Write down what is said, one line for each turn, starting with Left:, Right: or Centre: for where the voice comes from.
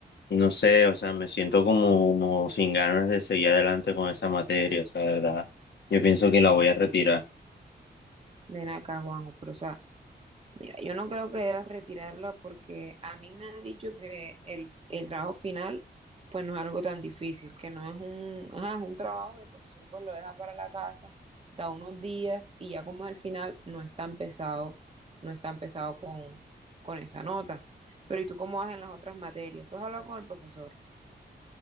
Left: Y no sé, o sea, me siento como, como sin ganas de seguir adelante con esa materia, o sea, de verdad. Yo pienso que la voy a retirar.
Right: Ven acá, Juanjo, pero o sea, Mira, yo no creo que debas retirarla porque a mí me han dicho que el, el trabajo final pues no es algo tan difícil, que no es un, ajá, es un trabajo y el profesor pues lo deja para la casa, da unos días y ya como es el final no es tan pesado, no es tan pesado con, con esa nota. Pero ¿y tú cómo vas en las otras materias? ¿Tú has hablado con el profesor?